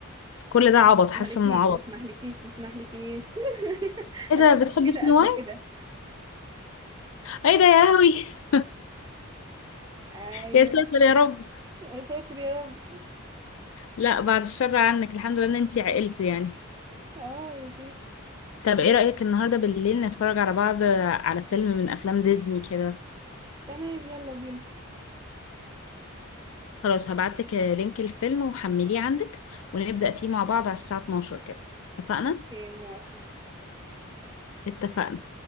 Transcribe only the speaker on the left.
كل ده عبط حاسة
انه عبط
ايه
ده
بتحبي
سنو
وايت
ايه ده يا لهوي <laughs>
يا ساتر يا رب
لا بعد الشر عنك الحمد لله ان انتي عقلتي يعني
طب ايه رأيك النهاردة بالليل نتفرج على بعض على فيلم من افلام ديزني كده
خلاص هبعتلك لينك الفيلم وحمليه عندك ونبدأ فيه مع بعض على الساعة 12 كده اتفقنا؟
اتفقنا